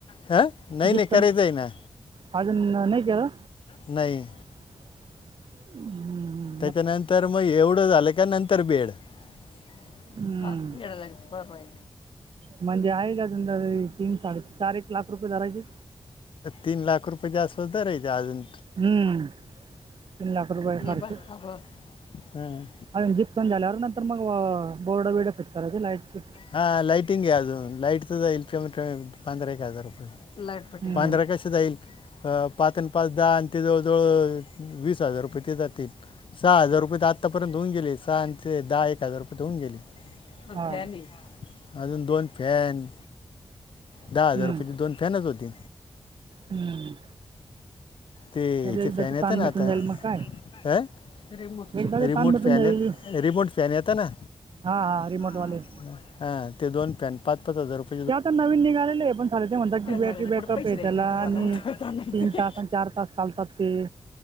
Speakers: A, on the left; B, on the right.
A: ह नाही
B: जिप्सन
A: नाही करायचं आहे ना.
B: अजून नाही केला.
A: नाही.
B: हम हम.
A: मग एवढं झालं नंतर बेड. एड
B: हम्म,
A: लाक्ष पवाय.
B: म्हणजे आहे का अजून, तीन साडे चार एक लाख रुपये धरायचे.
A: तीन लाख रुपयचा, आसपास धरायचं अजून.
B: हम्म तीन लाख रुपये खर्च.
A: हे बा अगं हां
B: अ जीप प झाल्यावर नंतर मग बोर्ड बिड फिट करायचे लाईटची.
A: हां लाईटिंगे याऊ लाईट तर इल किलोमीट्रे पधरा एक हजार रुपये. <inaudible>
B: हम्म,
A: जाईल पाच आणि पाच दहा ते जवळ जवळ वीस रुपये ते जातील सहा हजार रुपये ते आत्तापर्यंत होऊन गेले, सहा आणि ते दहा एक हजार रुपये ते होऊन गेले. <unintelligible>
B: हा
A: अजून दोन फॅन दहा
B: हम्म,
A: हजार रुपयची दोन फॅनच होती
B: हम्म.
A: ते
B: म्हणजे
A: हचे
B: एकदाचं
A: फॅन येत
B: ताण
A: ना
B: मिटून
A: आता
B: जाईल मग काय
A: अ. रिमोट
B: एकदाचं ताण मिटून
A: फॅन
B: जाईल
A: य रिमोट फॅन येत ना.
B: हा हा रिमोटवाले
A: हां, ते दोन फॅन पाच पाच हजार रुपये.
B: तेव्हा ते नवीन निघालेलं आहे. पण साले ते म्हणतात
A: फॅनवाल्याला
B: की, बॅटरी
A: कुठे
B: बॅकअप
A: पैसे
B: आहे
A: द्यायचे
B: त्याला
A: तुम्हाला
B: आणि.
A: उतरत आणायचे
B: तीन तास आणि चार तास चालतात ते.